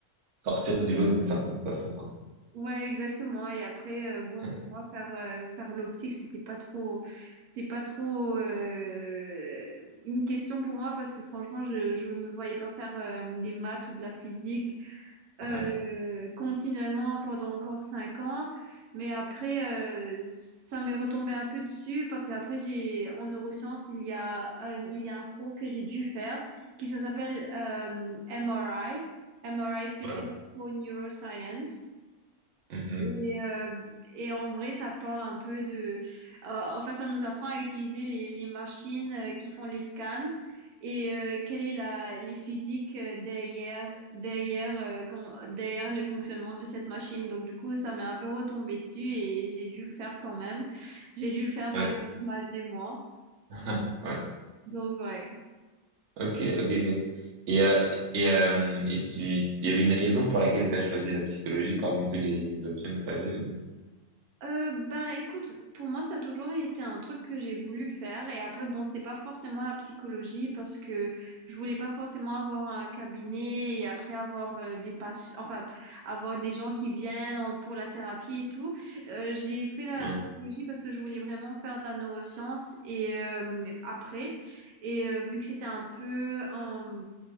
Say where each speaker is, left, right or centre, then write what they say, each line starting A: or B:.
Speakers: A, on the right (about 60°); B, on the right (about 80°).
A: sortir du lot d'une certaine façon, quoi.
B: Ouais, exactement. Et après, euh, bon,
A: Ouais,
B: pour moi, faire, euh, faire l'optique, c'était pas trop, c'était pas trop euh, une question pour moi parce que franchement, je, je me voyais pas faire euh, des maths ou de la physique euh,
A: ouais,
B: continuellement pendant encore cinq ans. Mais après, euh, ça m'est retombé un peu dessus parce qu'après, j'ai, en neurosciences, il y a, un- il y a un cours que j'ai dû faire qui ça s'appelle euh, MRI, MRI Physics
A: ouais.
B: for Neuroscience.
A: mhm,
B: Et, euh, et en vrai, ça parle un peu de... euh, enfin, ça nous apprend à utiliser les, les machines euh, qui font les scans et euh, quelle est la, les physiques euh, derrière, derrière, euh, comment- derrière le fonctionnement de cette machine. Donc, du coup, ça m'est un peu retombé dessus et j'ai dû le faire quand même. J'ai dû le faire
A: ouais.
B: malgré, malgré moi.
A: <laughs> Ouais.
B: Donc, ouais.
A: Ok, ok, ok. Et, euh, et, euh, et tu, il y avait une raison pour laquelle tu as choisi la psychologie parmi tous les, les options que tu avais ou...
B: Euh, ben écoute, pour moi ça a toujours été un truc que j'ai voulu faire et après bon c'était pas forcément la psychologie parce que je voulais pas forcément avoir un cabinet et après avoir euh, des patients, enfin avoir des gens qui viennent en- pour la thérapie et tout. Euh, j'ai fait la
A: Ouais,
B: psychologie parce que je voulais vraiment faire de la neuroscience et euh, après et euh, vu que c'était un peu un-